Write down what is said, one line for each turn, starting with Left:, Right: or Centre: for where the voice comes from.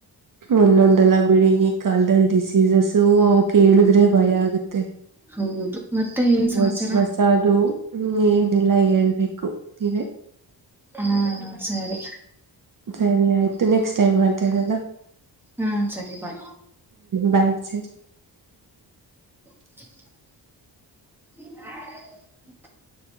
Right: ಒಂದೊಂದೆಲ್ಲ ಬಿಳಗಿ. ಕಲ್ದಲ್ಲಿ ಡಿಸೀಸಸು ಅವಕ್ ಹೇಳೇಳಿದ್ರೆ ಭಯ ಆಗುತ್ತೆ.
Centre: ಹೌದು. ಮತ್ತೆ ಏನ್ ಸಮಾಚಾರ
Right: ಹೊಸ ಹೊಸದು ಏನೆಲ್ಲಾ ಹೇಳ್ಬೇಕು ನೀವೇ.
Centre: ಹಾ ಸರಿ.
Right: ಸರಿ ಆಯ್ತು ನೆಕ್ಸ್ಟ್ ಟೈಮ್ ಮಾತಾಡೋದು.
Centre: ಹಾ ಸರಿ ಬಾಯ್
Right: ಬಳ <unintelligible>
Centre: <inaudible> <unintelligible>